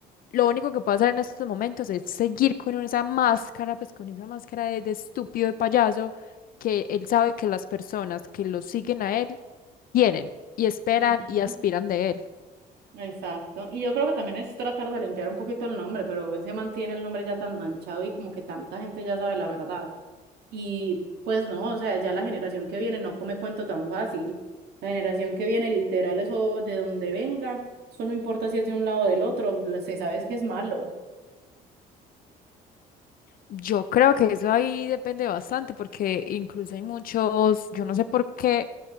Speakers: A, on the left; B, on the right.
A: Lo único que puede hacer en estos momentos es seguir con esa máscara, pues con esa máscara de, de estúpido, de payaso, que él sabe que las personas que lo siguen a él quieren y esperan
B: Ujú,
A: y aspiran de él.
B: Exacto. Y yo creo que también es tratar de limpiar un poquito el nombre, pero ese mantiene el nombre ya tan manchado y como que tanta gente ya sabe la verdad. Y pues no, o sea, ya la generación que viene no come cuento tan fácil. La generación que viene, literal, eso de donde venga, eso no importa si es de un lado o del otro, lo- se sabe es que es malo.
A: Yo creo que eso ahí depende bastante, porque incluso hay muchos, yo no sé por qué,